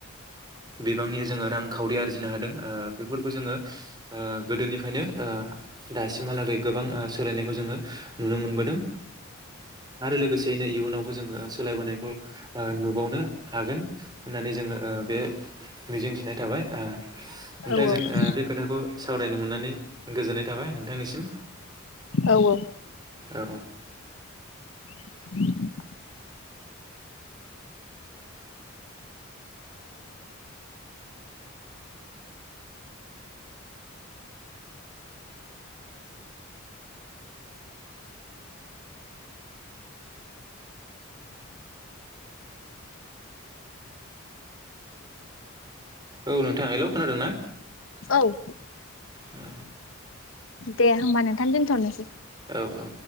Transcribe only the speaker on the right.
बिबांनि जोङो रांखावरि आरजिनो हादों, ओ बेफोरखौ जोङो ओ गोदोनिफ्रायनो ओ दासिमहालागै गोबां ओ सोलायनायखौ जोङो नुनो मोनबोदों, आरो लोगोसेयैनो इयुनावबो जोङो सोलायबोनायखौ ओ नुबावनो। हागोन होननानै जोङो ओ बे मिजिंथिनाय थाबाय ओ नोंथांजों
ओ बे खोथाखौ सावरायनो मोननानै गोजोननाय थाबाय नोंथांनिसिम।
औ
औ नोंथा हेल' खोनादोंना?
औ।
औ-औ।